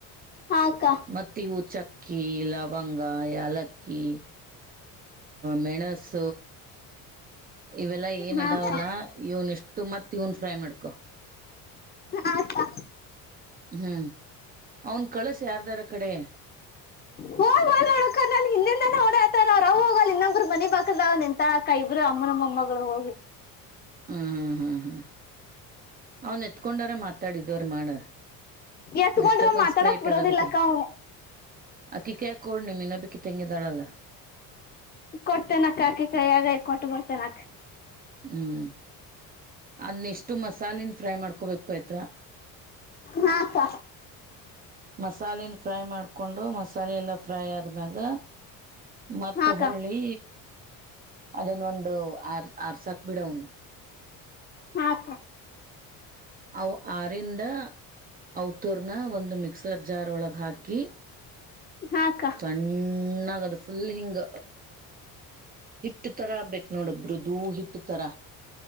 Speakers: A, on the left; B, on the right.
A: ಹಾಕ್ಕ
B: ಮತ್ತ ಇವು ಚಕ್ಕಿ ಲವಂಗ ಯಲಕ್ಕಿ ಮೆಣಸ ಇವೆಲ್ಲಾ ಏನ್
A: ಹಾಕ್ಕ
B: ಅದಾವಲ್ಲ ಇವ್ನ್ ಇಷ್ಟು ಮತ್ ಇವನ್ ಫ್ರೈ ಮಾಡ್ಕೊ
A: ಆಯತಾ
B: ಹ್ಮ್ ಅವನ್ ಕಳಸ ಯಾರ್ದಾರ ಕಡೆ
A: ಹೋಗ ಹಿಂದ ಹೊಡ ಹತಾರ ಅವೋಗ ಲ್ಲಿ ಇನ್ನೊಬ್ರು ಮಿ ಬಾಕದೆಂತಾಳಕ್ಕ ಇಬ್ರು ಅಮ್ಮನಮ್ಮಗಳು ಹೋಗಿ
B: ಹ್ಮ್ ಹ್ಮ್ ಹ್ಮ್ ಹ್ಮ್ ಅವನ್ ಎತ್ಕೊಂಡಾರ ಮಾತಾಡಿದವ್ರ ಮಾಡ
A: ಎತ್ಕೊಂಡ್ರ
B: ಡಿಸ್ಟರ್ಬನ್ಸ್
A: ಮಾತಾಡಕ್
B: ಕ್ರಿಯೇಟ್
A: ಬಿಡೋದಿಲ್ಲಕ್ಕ
B: ಆಗತ್ತತಿಲ್ಲ
A: ಅವು
B: ಅಕ್ಕಿಿಕ್ಯಾಕೋಡ್ ನಿ ಮನ್ನೊ ಬಿಕ್ಕಿ ತೆಂಗಿದಾಳಲ್ಲ
A: ಕೊಡ್ತೇನಕ್ಕ ಆಕಿ ಕೈಯಾಗ ಕೊಟ್ಟುಬಡ್ತೇನಕ್
B: ಹ್ಞೂ ಅದನ್ನ ಎಷ್ಟು ಮಸಾಲಿನ ಫ್ರೈ ಮಾಡ್ಕೋಬೇಕು ಪಾಯತ್ರ
A: ಹಾಕ್ಕ
B: ಮಸಾಲೆನ ಫ್ರೈ ಮಾಡ್ಕೊಂಡು ಮಸಾಲೆ ಎಲ್ಲ ಫ್ರೈ ಆದ್ಮ್ಯಾಗ ಮ
A: ಹಾಕ
B: ಹಳ್ಳಿ ಅದನ್ನ ಒಂದು ಆರ್ ಆರ್ ಸಾಕ್ ಬಿಡ ಅವನು
A: ಹಾಕ
B: ಅ ಆರಿಂದ ಅವತರ್ನ ಒಂದು ಮಿಕ್ಸರ್ ಜಾರ್ ಒಳಗ ಹಾಕಿ
A: ಹಾಕ್ಕ
B: ಹ್ಣಾಗದು ಫುಲ್ ಹಿಂಗ ಹಿಟ್ ತರಗ್ ಬು ನೋಡಬ್ಬ್ರದುೂ ಹಿಟ್ ತರ